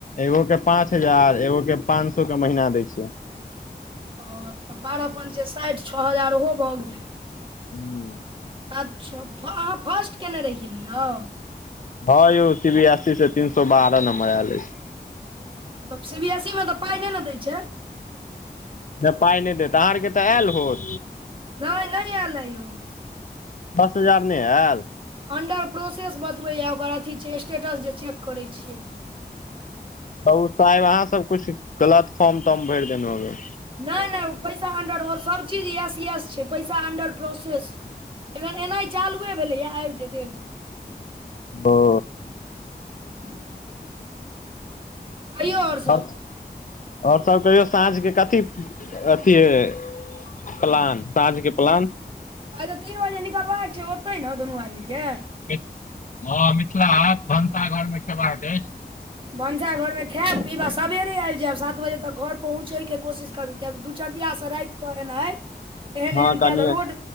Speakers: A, on the left; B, on the right.
A: एगो के पाँच हजार, एगो के पांच सौ के महीना दै छियै।
B: ओ तऽ बारह पन्चे साठि, छह हजार ओहो भऽ गेलै।
A: <inaudible>
B: अच्छा, अहाँ फर्स्ट केयने रहियै ने यौ।
A: हँ यौ सी बी एस सी से तीन सौ बारह नम्बर आयल अइछ।
B: तऽ सी बी एस सी में तऽ पाइ नय ने दै छै।
A: नय पाइ नय देत, अहाँ आर के तऽ आयल होत।
B: नइ नै आयल ये यौ।
A: दस हजार नइ ऐल।
B: अंडर-प्रोसेस बतबैये, ओकर अथी छै स्टेटस जे चेक करै छियै।
A: तऽ ओ तऽ अहाँ सब कुछ गलत फॉर्म-तर्म भरि देेने हौबे।
B: नइ-नइ ऊ पैसा अंडर ओर सब चीज यस-यस छै, पैसा अंडर प्रोसेस। एखन एनाइ चालुए भलैए। आबि जेतै एक- दू।
A: ओ।
B: <inaudible> कहियौ आओर सभ
A: ओर, ओर सब कहियौ साँझके कथी, अथी हैय। प्लान, साँझ के प्लान।
B: आइ तऽ तीन बजे निकलबाक छै ओतै ने, दुनू आदमीके।
A: हँ, मिथिला हाट भनसाघर में खेबाक अइछ।
B: भनसाघर में खायएब-पीब सबेरे आबि जायब, सात बजे तक घर पहुँचे के कोशिश करु, कियाकी दुचकिया से राइत। तऽ कऽ एनाय।
A: <inaudible>
B: एहन-एहन कए
A: कनि
B: तऽ रोड,